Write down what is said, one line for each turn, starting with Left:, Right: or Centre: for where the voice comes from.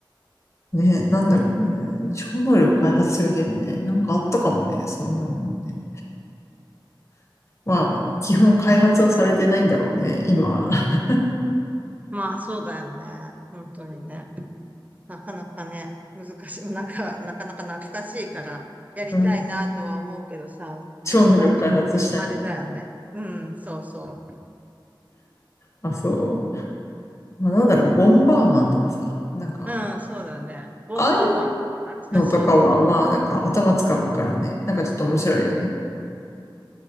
Left: ね、なんだろうね。超能力開発するゲームね。なんかあったかもね。そんなのね。まあ、基本開発はされてないんだろうね、今。<laughs>
Right: まあ、そうだよね。本当にね。なかなかね、難しい。<laughs> なんか、なかなか懐かしいから、やりたいなとは思うけどさ、
Left: うん超能力開発したい。
Right: なんか、あれだよね。うん、そうそう。
Left: あ、そう。まあ、なんだろう、ボンバーマンとかさ、なんか、
Right: うん、そうだね。ボンバーマン、
Left: ああいう
Right: 懐かしい。
Left: のとかは、まあ、なんか頭使うからね、なんかちょっと面白いよね。